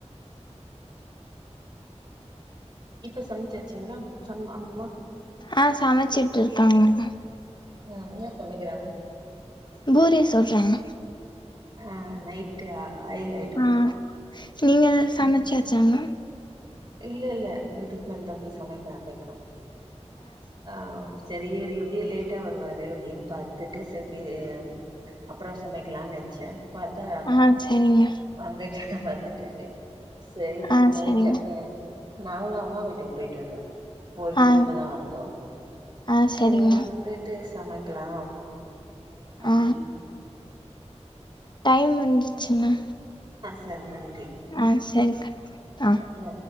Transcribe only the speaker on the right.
இப்ப சமச்சாச்சிங்ளா சம் அம்மா
ம் என்ன சமைக்கிறாங்க
ஆ நைட்டு ஆயில் ஐட்டம்
ம் இல்ல இல்ல இதுக்கு மேல்தா போய் சமைக்க ஆரம்பிக்கணும் ஆ சரி இவர் எப்டியு லேட்டா வருவாரு அப்டின் பாத்துட்டு ச <unintelligible> அப்பற சமைக்கலான் நென்ச்ச பாத்தா
வந்துட்ட வந்துட்டாரு சரி இதுக்கு
மேல
சட் நாங்ளு அம்மா வீட்டுக்கு போயிட்ருந்தோ போயிட்டு
இப்பதா வந்தோ
சரி வந்துட்டு சமைக்கலா‌ அப்டின்
சரிங்கன்
ம்